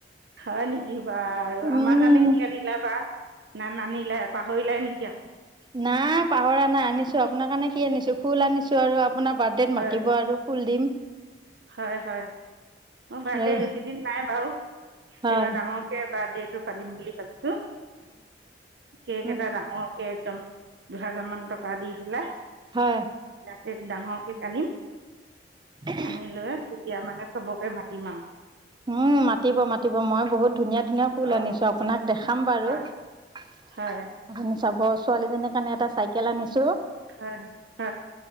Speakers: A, on the right; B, on the right.
A: খাই নেকি বা আৰু
B: উম
A: আমাৰ কাৰণে কি আনিলা বা না নানি লে পাহৰিলাই নেকি আ
B: নাই পাহৰা নাই আনিছো আপোনাৰ কাৰণে কি আনিছো ফুল আনিছো আৰু আপ পোনাৰ বাৰ্থডেত
A: হয়
B: মাতিব আৰু ফুল দিম।
A: হয় হয় মোৰ বাৰ্থডে
B: আৰু
A: বেছি দিন নাই বাৰু
B: হয়
A: এইবাৰ ডাঙৰকে বাৰ্থডেটো পালিম বুলি ভাবিছো। কেক
B: অ
A: এটা ডাঙৰ একদম দুহেজাৰ মান টকা দি হ'লে
B: হয়।
A: কেক ডাঙৰ কেক আনিম।
B: <unintelligible>
A: আনি লৈ তেতিয়া মানে চবকে মাতিম আও।
B: উম মাতিব মাতিব মই বহুত ধুনীয়া ধুনীয়া ফুল
A: অঁ
B: আনিছো আপোনাক দেখাম বাৰু
A: হয়
B: আপুনি
A: হয়
B: চাব। ছোৱালীজনীৰ কাৰণে এটা চাইকেল আনিছো
A: হ হ